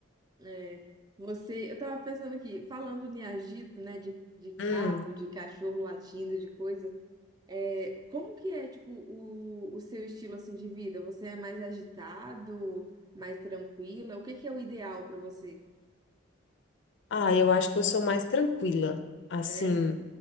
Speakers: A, on the right (about 20°); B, on the left (about 60°).
A: É, você, eu tava pensando aqui, falando de agito, né? De, de
B: Hum.
A: carro, de cachorro latindo, de coisa. É, como que é, tipo, o, o seu estilo, assim, de vida? Você é mais agitado, mais tranquila? O que que é o ideal pra você?
B: Ah, eu acho que eu sou mais tranquila. Assim,
A: É?